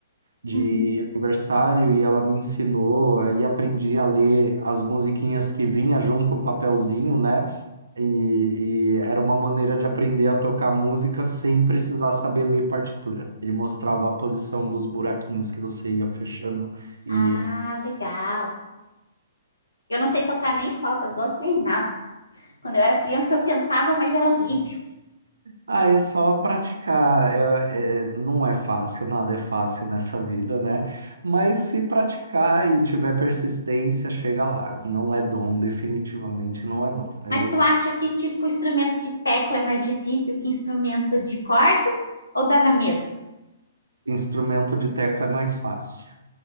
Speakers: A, on the right; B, on the left.
A: de
B: Uhum.
A: aniversário e ela me ensinou, aí aprendi a ler as musiquinhas que vinha junto um papelzinho, né? E, e era uma maneira de aprender a tocar música sem precisar saber ler partitura. Ele mostrava a posição dos buraquinhos que você ia fechando e
B: Ah, legal. Eu não sei tocar nem flauta doce nem nada. Quando eu era criança eu tentava, mas era horrível.
A: ah, é só praticar. É, é- não é fácil, nada é fácil nessa vida, né? Mas se praticar e tiver persistência, chega lá. Não é dom, definitivamente não é dom. Eu,
B: Mas tu acha que tipo instrumento de tecla é mais difícil que instrumento de corda ou dá na mesma?
A: Instrumento de tecla é mais fácil,